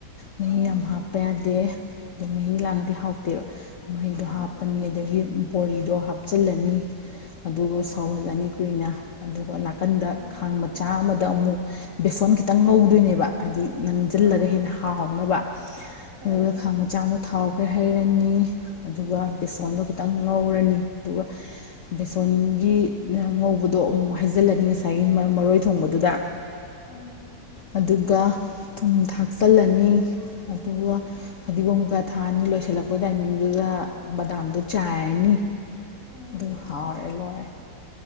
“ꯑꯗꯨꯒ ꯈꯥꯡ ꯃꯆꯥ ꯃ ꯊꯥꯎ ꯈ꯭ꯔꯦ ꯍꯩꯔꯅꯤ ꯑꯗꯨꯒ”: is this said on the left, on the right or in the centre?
Left